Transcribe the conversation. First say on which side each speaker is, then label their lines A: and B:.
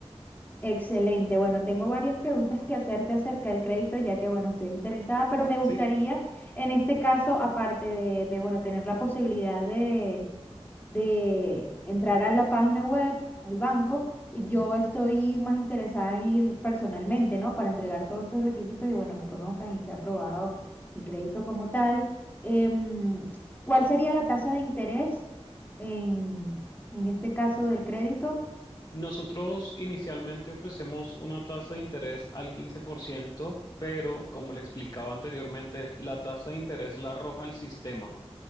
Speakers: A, on the left; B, on the left.
A: excelente. Bueno, tengo varias preguntas que hacerte acerca del crédito, ya que, bueno, estoy interesada, pero me
B: Sí.
A: gustaría, en este caso, aparte de, de, bueno, tener la posibilidad de, de entrar a la página web, al banco, y yo estoy más interesada en ir personalmente, ¿no? Para entregar todos estos requisitos y, bueno, me conozcan y sea aprobado mi crédito como tal. Em, ¿cuál sería la tasa de interés en, en este caso del crédito?
B: Nosotros inicialmente ofrecemos una tasa de interés al 15%, pero como le explicaba anteriormente, la tasa de interés la arroja el sistema.